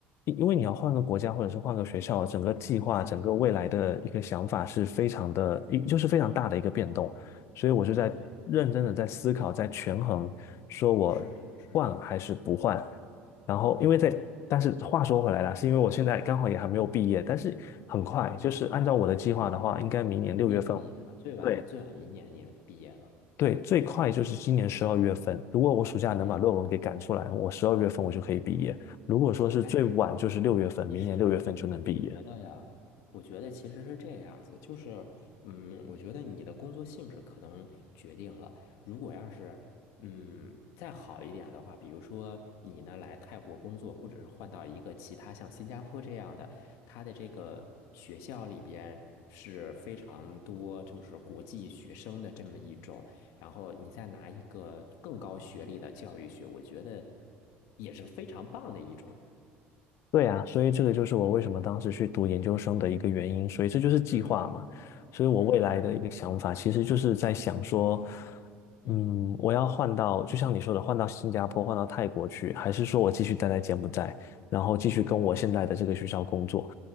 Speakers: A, on the left (about 60°); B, on the left (about 75°).
A: 因因为你要换个国家或者是换个学校，整个计划、
B: 嗯，
A: 整个未来的一个想法是非常的，一就是非常大的一个变动。所以我就在认真的在思考，
B: 对，
A: 在权衡，说我换还是不换。
B: 是的，是的，
A: 然后因为在，
B: 嗯
A: 但是话说回来了，是因为我现在刚好也还没有毕业，
B: 嗯
A: 但是很快，
B: 嗯，
A: 就是按照我的计划的话，
B: 哎对了，
A: 应该明年六月份，
B: 明年就毕业了，最晚最晚明年也毕业了，
A: 对，对，最快就是今年十二月份。如果我暑假能把论文给赶出来，
B: 嗯，
A: 我十二月份我就可以毕业。如果说是最晚就是六月份，
B: 哎。
A: 明年六月份就能毕业。
B: 其实我觉得呀，我觉得其实是这样子，就是，嗯，我觉得你的工作性质可能决定了，如果要是，嗯，再好一点的话，比如说你呢来泰国工作，或者是换到一个其他像新加坡这样的，它的这个学校里边是非常多就是国际学生的这么一种，然后你再拿一个更高学历的教育学，我觉得也是非常棒的一种。
A: 对呀，所以这个就是我为什么当时去读研究生的一个原因，所以这就是计划嘛。
B: 嗯
A: 所以我未来的一个想法，
B: 嗯嗯。
A: 其实就是在想说，
B: 嗯
A: 嗯，我要换到，就像你说的，换到新加坡，换到泰国去，还是说我继续待在柬埔寨，然后继续跟我现在的这个学校工作？
B: 嗯